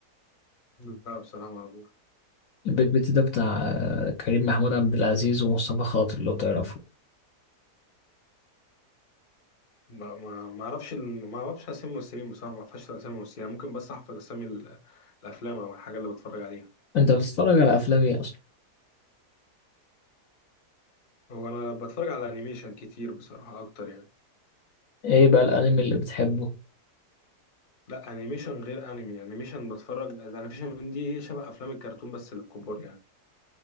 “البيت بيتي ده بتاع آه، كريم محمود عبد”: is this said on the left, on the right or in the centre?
Left